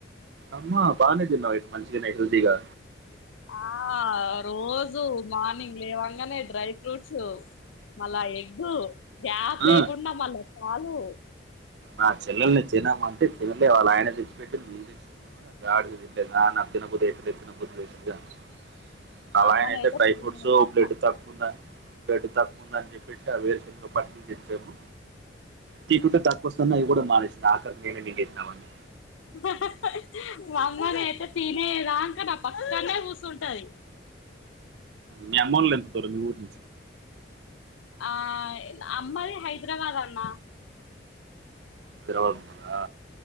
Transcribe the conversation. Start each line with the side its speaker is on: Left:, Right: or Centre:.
Right: అమ్మా బానే తిన్నావైతే మంచిగానే హెల్దీగా
Left: ఆ రోజు మార్నింగ్ లేవంగానే డ్రై ఫ్రూట్స్ మళ్ళా ఎగ్ గ్యాప్
Right: ఆ,
Left: లేకుండా మళ్ళా పాలు
Right: నా చిల్లల్ని తిన్నమ్మా అంటే తినలే వాళ్ళ ఆయన తెచ్చిపెట్టి మేము తెచ్చిపే గాడిదగుడైనా నాకు తినబుద్దయితలేదు తినబుద్దయితలేదు అంటుంది
Left: మా
Right: ఆలయన
Left: అమ్మనయితే
Right: ఐతే డ్రై
Left: తినేదాకా
Right: ఫ్రూట్స్ బ్లాడ్ తక్కువుందని బ్లడ్ తక్కువ ఉందని చెప్పేటి <unintelligible> తెచ్చేరు తి కానీ అవి కూడా మానేసింది ఆఖరికి నేనే మిగ్గెసినవాన్ని
Left: హ హ వామ్మో నేనైతే తినేదాక నా పక్కనే కూసుంటాది
Right: మీ అమ్మోలెత్తుతార మి ఊరు
Left: ఆ అమ్మది హైదరాబాద్ అన్న
Right: హైదరాబాదా